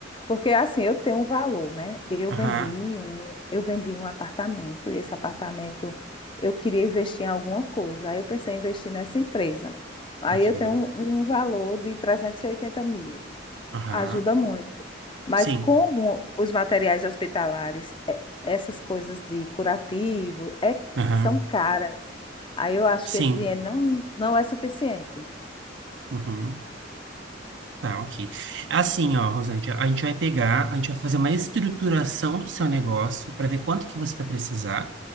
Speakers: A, on the left; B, on the right.
A: Porque assim, eu tenho um valor, né? Eu
B: Aham,
A: vendi um, eu vendi um apartamento e esse apartamento eu queria investir em alguma coisa. Aí eu pensei em investir nessa empresa. Aí
B: ok.
A: eu tenho um, um valor de 380 mil.
B: Aham,
A: Ajuda muito. Mas
B: sim.
A: como os materiais hospitalares, eh, essas coisas de curativo, é,
B: Aham,
A: são caras. Aí eu acho
B: sim.
A: que esse dinheiro não, não é suficiente.
B: Uhum. Tá, ok. É Assim, ó, Rosane, a gente vai pegar, a gente vai fazer uma estruturação do seu negócio para ver quanto que você vai precisar.